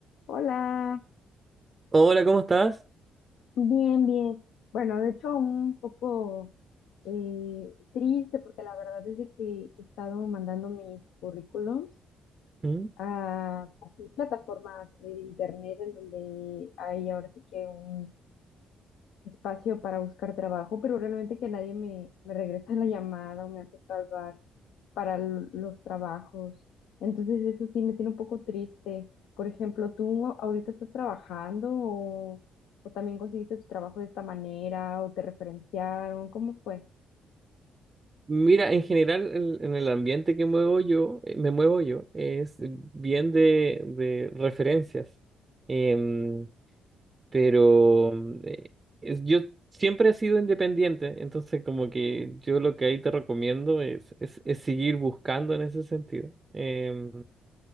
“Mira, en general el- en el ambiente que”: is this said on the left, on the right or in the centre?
Right